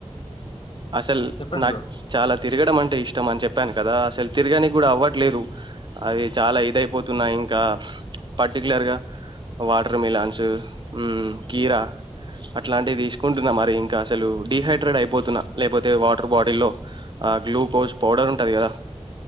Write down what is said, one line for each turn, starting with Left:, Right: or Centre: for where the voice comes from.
Right: అసలు
Left: చెప్పండి
Right: నాక్
Left: బ్రో
Right: చాలా
Left: అ
Right: తిరగడం అంటే ఇష్టం ఇష్టం అని చెప్పాను కదా, అసలు తిరగనికి కూడా అవ్వట్లేదు అది చాలా ఇదయిపోతున్నా ఇంకా, పర్టికులర్గా వాటర్ మిలాన్స్ మ్ కీరా అట్లాంటివి తీసుకుంటున్నా, మరి ఇంకా అసలు డిహైడ్రేట్ అయిపోతున్నా లేకపోతే వాటర్ బాటిల్లో ఆ గ్లూకోజ్ పౌడర్ ఉంటంది కదా